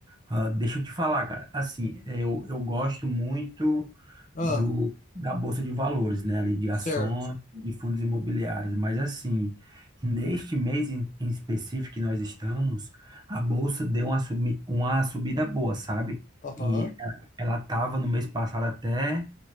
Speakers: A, on the right (about 20°); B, on the left (about 40°).
A: ah, deixa eu te falar, cara. Assim, eu, eu gosto muito
B: Ah,
A: do da Bolsa de Valores, né? Ali de
B: certo.
A: ações e fundos imobiliários. Mas assim, neste mês em, em específico que nós estamos, a Bolsa deu uma, subi- uma subida boa, sabe?
B: Aham.
A: E ela estava no mês passado até.